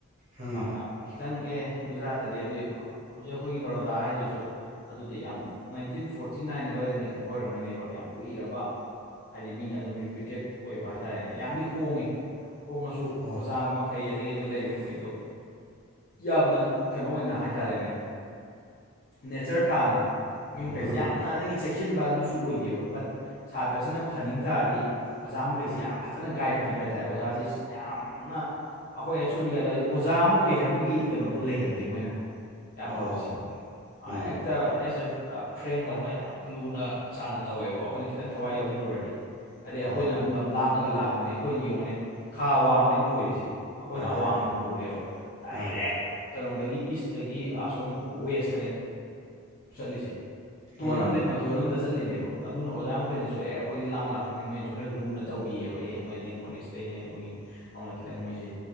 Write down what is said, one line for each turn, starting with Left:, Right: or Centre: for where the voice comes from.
Right: ꯎꯝ
Left: ꯑꯗꯨꯅ ꯈꯤꯇꯪ ꯑꯦ ꯒꯨꯖꯔꯥꯠꯇꯗꯤ ꯑꯗꯨꯏ ꯍꯧꯖꯤꯛ ꯑꯩꯈꯣꯏꯒꯤ ꯕꯔꯣꯗꯥ ꯍꯥꯏꯗꯨꯁꯨ ꯑꯗꯨꯗꯤ ꯌꯥꯝ ꯅꯥꯏꯟꯇꯤꯟ ꯐꯣꯔꯇꯤ ꯅꯥꯏꯟ ꯑꯗꯨꯋꯥꯏꯗ ꯂꯤꯡꯈꯠꯄ ꯑꯣꯏꯔꯝꯒꯅꯦꯕ ꯌꯥꯝ ꯀꯨꯏꯔꯕ ꯍꯥꯏꯗꯤ ꯃꯤꯅ ꯑꯗꯨꯝ ꯔꯤꯄꯤꯇꯦꯠ ꯑꯣꯏꯕ ꯍꯥꯏꯇꯥꯔꯦꯅꯦ ꯌꯥꯝꯗꯤ ꯍꯣꯡꯉꯦ ꯍꯣꯡꯉꯁꯨ ꯑꯣꯖꯥ
Right: ꯑꯣ
Left: ꯃꯈꯩ ꯑꯗꯒꯤ ꯑꯗꯨ ꯂꯩ ꯃꯈꯩꯗꯣ ꯌꯥꯝꯅ ꯀꯩꯅꯣ ꯑꯣꯏꯅ ꯍꯥꯏꯇꯥꯔꯦꯅꯦ ꯅꯦꯆꯔ ꯇꯥꯅ ꯃꯤ ꯃꯈꯩꯁꯤꯦ
Right: ꯎꯝ
Left: ꯌꯥꯝꯅ ꯑꯗꯒꯤ ꯆꯦꯛꯁꯤꯟꯕ ꯑꯗꯨꯁꯨ ꯑꯣꯏꯗꯦꯕ ꯕꯠ ꯁꯥꯇ꯭ꯔꯁꯤꯅ ꯐꯟꯅꯤꯡ ꯇꯥꯔꯗꯤ ꯑꯣꯖꯥ ꯃꯈꯩꯁꯤ ꯌꯥꯝ ꯐꯖꯅ ꯒꯥꯏꯗ ꯄꯤꯕ ꯍꯥꯏꯇꯥꯔꯦ ꯑꯣꯖꯥꯁꯤ ꯌꯥꯝꯅ ꯑꯩꯈꯣꯏ ꯑꯩꯆ ꯑꯣꯗꯤ ꯀꯥꯏꯗꯧꯋꯥꯏꯗꯤ ꯑꯣꯖꯥ ꯑꯃ ꯑꯣꯏ ꯍꯥꯏꯕꯒꯤ ꯀꯩꯅꯣꯗꯨꯣ ꯂꯩꯍꯟꯗꯦ ꯃꯣꯏꯅ ꯌꯥꯝ
Right: ꯑꯣ
Left: ꯐꯕꯁꯤ
Right: ꯎꯝ
Left: ꯍꯦꯛꯇ ꯑꯦꯁ ꯑꯦ ꯐ꯭ꯔꯦꯟꯗꯧꯅ ꯌꯥꯝ ꯂꯨꯅ ꯆꯥꯟꯅ ꯇꯧꯋꯦꯕ ꯑꯩꯈꯣꯏꯅ ꯈꯤꯇꯪ ꯊꯋꯥꯏ ꯌꯥꯎꯁꯤꯜꯂꯨꯔꯗꯤ ꯑꯗꯩ
Right: ꯑꯣ
Left: ꯑꯩꯈꯣꯏꯅ ꯑꯃꯨꯛ ꯂꯝ ꯂꯥꯞꯅꯒ ꯂꯥꯛꯄꯅꯦ ꯑꯩꯈꯣꯏ ꯌꯦꯡꯉꯣꯅꯦ ꯈꯥ ꯋꯥꯡꯅꯦꯕ ꯑꯣꯏꯔꯤꯁꯦ ꯑꯩꯈꯣꯏꯅ
Right: ꯑꯥ ꯃꯥꯅꯦ
Left: ꯑꯋꯥꯡ
Right: ꯃꯥꯅꯦ
Left: ꯅꯣꯡꯄꯣꯛꯅꯦꯕ ꯗꯥꯏꯔꯦꯛ
Right: ꯑꯥ
Left: ꯀꯩꯅꯣꯗꯒꯤ ꯏꯁꯇꯒꯤ ꯑꯁꯣꯝ ꯋꯦꯁꯇꯅꯦ ꯆꯠꯂꯤꯁꯦ ꯇꯣꯟꯅꯝꯗꯩ
Right: ꯎꯝ
Left: ꯇꯣꯟ ꯑꯃꯗ ꯆꯠꯂꯤꯅꯦꯕ ꯑꯗꯨꯅ ꯑꯣꯖꯥ ꯃꯈꯩꯅꯁꯨ ꯑꯦ ꯑꯩꯈꯣꯏꯗꯤ ꯂꯥꯝ ꯂꯥꯛꯄꯅꯤ ꯃꯣꯏꯅꯁꯨ ꯈꯔ ꯂꯨꯅ ꯇꯧꯕꯤꯌꯦꯕ ꯑꯦ ꯃꯣꯏꯗꯤ ꯅꯣꯔꯠ ꯏꯁ ꯑꯇꯩꯅꯦ ꯑꯗꯨꯅꯤ ꯍꯧꯅ ꯈꯤꯇꯪ ꯃꯣꯏꯁꯦ